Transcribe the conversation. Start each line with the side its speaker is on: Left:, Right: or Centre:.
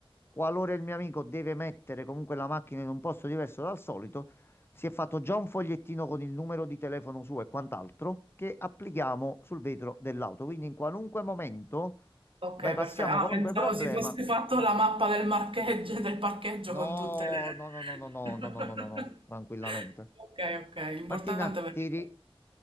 Left: Qualora il mio amico deve mettere comunque la macchina in un posto diverso dal solito, si è fatto già un fogliettino con il numero di telefono suo e quant'altro che applichiamo sul vetro dell'auto. Quindi in qualunque momento.
Right: Ok,
Left: bypassiamo
Right: perfetto. Ah,
Left: qualunque
Right: pensavo
Left: problema.
Right: si fosse fatto la mappa del marcheggio, del parcheggio
Left: No,
Right: con tutte le...
Left: no, no, no, no, no,
Right: <laughs>
Left: no, no, no, no, no, tranquillamente.
Right: Ok, ok, l'importante
Left: Martina,
Right: è per
Left: ti,
Right: il...
Left: ri-